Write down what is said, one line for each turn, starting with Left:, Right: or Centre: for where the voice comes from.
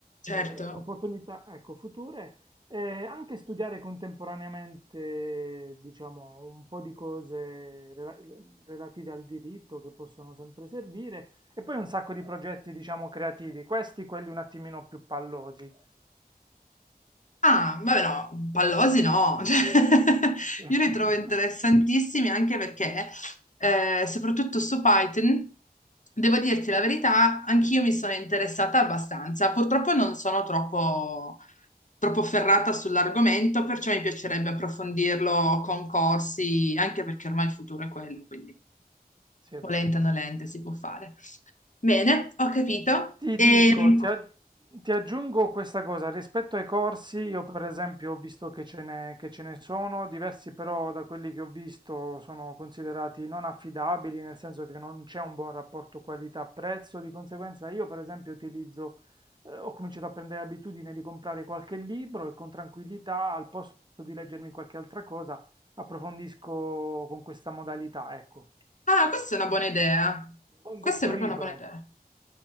Left: Certo.
Right: eh, opportunità, ecco, future. Eh, anche studiare contemporaneamente, diciamo, un po' di cose rela- relative al diritto che possono sempre servire e poi un sacco di progetti, diciamo, creativi, questi quelli un attimino più pallosi.
Left: Ah, vabbè no, pallosi no, <laughs> Cioè,
Right: <laughs>
Left: io li trovo interessantissimi anche perché, eh, soprattutto su Python, devo dirti la verità, anch'io mi sono interessata abbastanza. Purtroppo non sono troppo, troppo ferrata sull'argomento, perciò mi piacerebbe approfondirlo con corsi, anche perché ormai il futuro è quello, quindi
Right: Sì, è
Left: volente
Right: vero.
Left: o nolente si può fare. Bene, ho capito.
Right: Ti
Left: E...
Right: dico, ti, a- ti aggiungo questa cosa, rispetto ai corsi, io per esempio ho visto che ce ne, che ce ne sono, diversi però da quelli che ho visto sono considerati non affidabili, nel senso che non c'è un buon rapporto qualità-prezzo, di conseguenza io per esempio utilizzo, eh, ho cominciato a prendere abitudine di comprare qualche libro e con tranquillità, al posto di leggermi qualche altra cosa, approfondisco con questa modalità, ecco.
Left: Ah, questa è una buona idea.
Right: Un
Left: Questa
Right: vecchio
Left: è proprio
Right: libro.
Left: una buona idea.